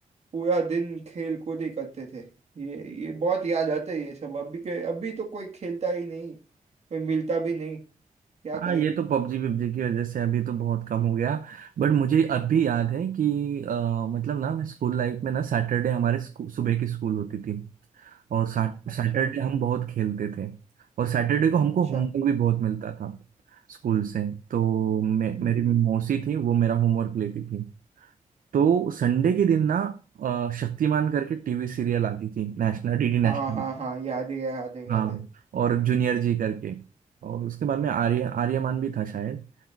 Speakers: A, on the right; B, on the right.
A: पूरा दिन खेल कूद ही करते थे ये ये बहुत याद आते हैं ये सब अभी के अभी तो कोई खेलता ही नहीं कोई मिलता भी नहीं क्या
B: हाँ
A: करे
B: ये तो पबजी पबजी की वजह से अभी तो बहुत कम हो गया बट मुझे अब भी याद है कि अ, मतलब ना मैं स्कूल लाइफ में ना सैटरडे हमारे स्कू- सुबह की स्कूल होती थी और सैटरडे
A: अच्छा
B: हम बहुत खेलते थे और सैटरडे को हमको
A: अच्छा
B: होमवर्क भी बहुत मिलता था स्कूल से तो मे,
A: हम्म,
B: मेरी मौसी थी वो मेरा होमवर्क लेती थी तो संडे के दिन ना अ, शक्तिमान करके टीवी सीरियल आती थी नेशनल डीडी नेशनल
A: हाँ हाँ हाँ याद है याद है याद
B: हाँ
A: है
B: और जूनियर जी करके और उसके बाद में आर्य आर्यमान भी था शायद